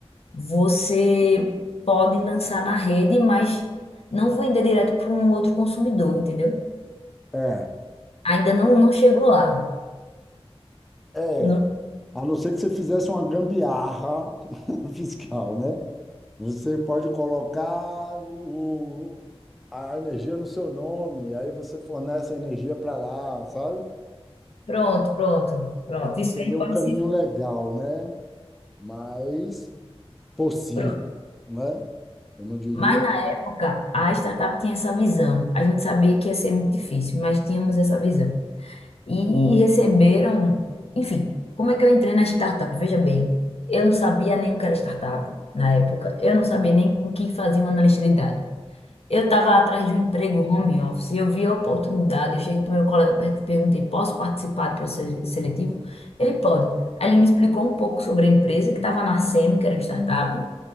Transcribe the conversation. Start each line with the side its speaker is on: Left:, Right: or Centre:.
Left: você pode lançar na rede, mas não vender direto para um outro consumidor, entendeu?
Centre: É,
Left: Ainda não, não chegou lá.
Centre: é.
Left: não
Centre: A não ser que você fizesse uma gambiarra <laughs> fiscal, né? Você pode colocar o, a energia no seu nome, aí você fornece a energia para lá, sabe?
Left: Pronto, pronto, pronto. Isso
Centre: Seria
Left: aí pode
Centre: um caminho
Left: ser.
Centre: legal, né? Mas possível,
Left: Pronto.
Centre: né? Eu não diria
Left: Mas na época, a startup tinha essa visão. A gente sabia que ia ser muito difícil, mas tínhamos essa visão. E receberam. Enfim, como é que eu entrei na startup? Veja bem, eu não sabia nem o que era startup na época. Eu não sabia nem o que fazia um analista de dados. Eu estava atrás de um emprego home office, eu vi a oportunidade, eu cheguei para o meu colega per- perguntei, posso participar do processo seletivo? Ele pode. Aí ele me explicou um pouco sobre a empresa que estava nascendo, que era uma startup,